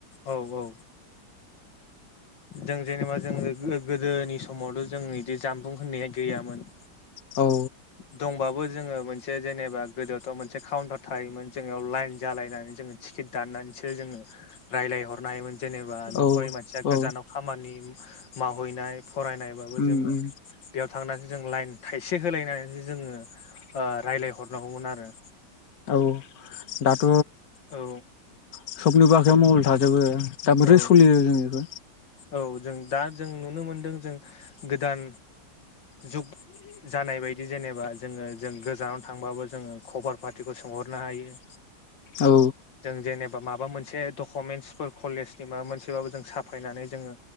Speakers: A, on the left (about 65°); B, on the left (about 50°).
A: औ औ जों जेनेबा जों गोदोनि समावथ' जों बिदि जामबुं होननाया गैयामोन
B: औ
A: दंबाबो जोङो मोनसे जेनेबा गोदोआवथ' मोनसे काउन्टार थायोमोन जोंनियाव लाइन जालायनानै जोङो टिकेट दान नानै जोङो रायलायहरनो हायोमोन जेनेबा न'खरनि
B: औ
A: मानसिया
B: औ
A: गोजानाव खामानि मावहैनाय फरायनायबाबो
B: उम
A: जोङो
B: उम
A: बेयाव थांनानै जों लाइन थाइसे होलायनानैसो जोङो रायजलायहरनांगौमोन आरो
B: औ दाथ'
A: औ
B: सबनिबो आखायाव मबाइल थाजोबो दा बोरै
A: औ
B: सोलियो जों बेखो
A: औ जों दा जों नुनो मोनदों जों गोदान जुग जानाय बायदि जेनेबा जोङो जों गोजानाव थांबाबो जोङो खबर पातिखौ सोंहरनो हायो
B: औ
A: जों जेनेबा माबा मोनसे दकुमेन्टस कलेजनि माबा मोनसेबाबो जों साफायनानै जोङो